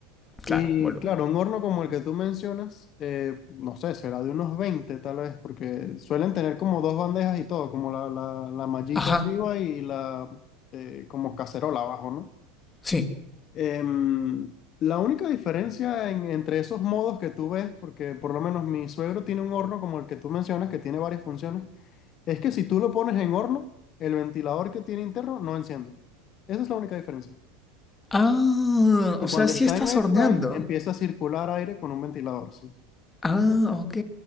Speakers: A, on the left; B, on the left.
A: claro,
B: Y
A: volumen.
B: claro, un horno como el que tú mencionas, eh, no sé, será de unos 20, tal vez, porque suelen tener como dos bandejas y todo, como la, la, la mallita
A: Ajá,
B: arriba y la eh, como cacerola abajo, ¿no?
A: sí.
B: Em, la única diferencia en- entre esos modos que tú ves, porque por lo menos mi suegro tiene un horno como el que tú mencionas, que tiene varias funciones, es que si tú lo pones en horno, el ventilador que tiene interno no enciende. Esa es la única diferencia.
A: Ah,
B: Y
A: o sea,
B: cuando
A: sí
B: está
A: estás
B: en air
A: horneando.
B: fry, empieza a circular aire con un ventilador. ¿sí?
A: Ah, ok.